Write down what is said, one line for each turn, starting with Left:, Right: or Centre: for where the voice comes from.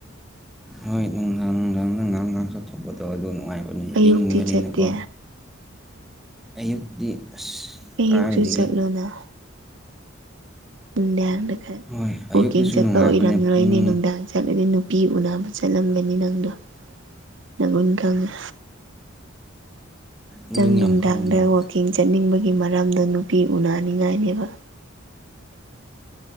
Centre: ꯍꯣꯏ ꯅꯨꯡꯗꯥꯡ ꯅꯨꯡꯗꯥꯡ ꯅꯨꯡꯍꯥꯡ ꯉꯍꯥꯛ ꯆꯠꯊꯣꯛꯄꯗꯣ ꯑꯗꯨ ꯅꯨꯡꯉꯥꯏꯕ
Right: ꯑꯌꯨꯛꯇꯤ
Centre: ꯏꯪꯕꯅꯤꯅꯀꯣ
Right: ꯆꯠꯇꯦ
Centre: ꯑꯌꯨꯛꯇꯤ ꯑꯁ
Right: ꯑꯌꯨꯛꯁꯨ
Centre: ꯀꯥꯏꯗꯒꯤ
Right: ꯆꯠꯂꯣꯅ ꯅꯨꯡꯗꯥꯡꯅ ꯈ
Centre: ꯍꯣꯏ ꯑꯌꯨꯛꯇꯁꯨ
Right: ꯋꯥꯛꯀꯤꯡ ꯆꯠꯄ
Centre: ꯅꯨꯡꯉꯥꯏꯕꯅꯦ
Right: ꯑꯣꯏꯔꯝꯂꯣꯏꯅꯦ
Centre: ꯄꯨꯡ
Right: ꯅꯨꯡꯗꯥ ꯑꯗꯨꯗꯤ ꯅꯨꯄꯤ ꯎꯅꯕ ꯆꯠꯂꯝꯒꯅꯤ ꯅꯪꯗꯣ ꯅꯒꯨꯟ ꯈꯪꯉꯦ
Centre: ꯏꯚꯟ
Right: ꯅꯪ ꯅꯨꯡꯗꯥꯡꯗ
Centre: ꯌꯥꯝ ꯈꯪꯕ꯭ꯔꯣ
Right: ꯋꯥꯛꯀꯤꯡ ꯆꯠꯅꯤꯡꯕꯒꯤ ꯃꯔꯝꯗꯣ ꯅꯨꯄꯤ ꯎꯅꯅꯤꯡꯉꯥꯏꯅꯦꯕ